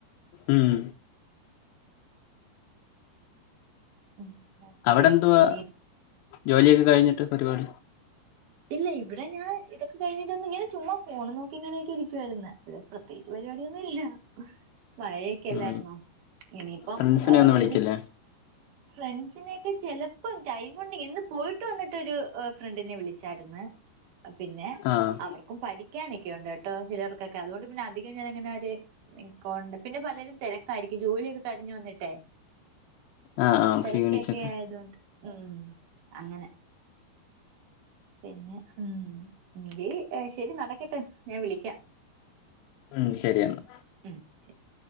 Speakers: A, on the left (about 80°); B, on the right (about 50°).
A: ഉം
B: ഉം,
A: അവിടെ
B: പിന്നെ
A: എന്തുവാ
B: ഇനി
A: ജോലിയൊക്കെ കഴിഞ്ഞിട്ട് പരിപാടി
B: ഇല്ല ഇവിടെ ഞാൻ ഇതൊക്കെ കഴിഞ്ഞിട്ടൊന്ന് ഇങ്ങനെ ചുമ്മാ ഫോണും നോക്കി ഇങ്ങനെയൊക്കെ ഇരിക്കുവായിരുന്ന് അല്ല പ്രത്യേകിച്ച് പരിപാടിയൊന്നും ഇല്ല മഴയൊക്കെല്ലായിരുന്നോ
A: ഉം
B: ഇനിയിപ്പം
A: ഫ്രണ്ട്സിനെ
B: ആയ്ന്
A: ഒന്നും വിളിക്കില്ലേ
B: ഫ്രണ്ട്സിനെയൊക്കെ ചെലപ്പം ടൈമുണ്ടെങ്കിൽ ഇന്ന് പോയിട്ട് വന്നിട്ടൊരു ഏഹ് ഫ്രണ്ടിനെ വിളിച്ചു ചെടന്ന് പിന്നെ
A: ആഹ്
B: അവർക്ക് ഓഹ് പഠിക്കാനൊക്കെ ഒണ്ട് കേട്ടോ ചിലർക്കൊക്കെ അതുകൊണ്ട് പിന്നധികം ഞാൻങ്ങനെര് നിക്കോണ്ട് പിന്നെ പലരും തെരക്കായിരിക്കും ജോലിയൊക്കെ കഴഞ്ഞു വന്നിട്ടേ
A: ആഹ് ആഹ്
B: തെരക്കെക്കെ
A: ക്ഷീണിച്ചൊക്കെ
B: ആയതൊണ്ട് ഉം അങ്ങനെ പിന്നെ ഉം എങ്കി ശരി നടക്കട്ടെ ഞാൻ വിളിക്കാം
A: ഉം ശരിയന്നാ
B: ഉം ശരി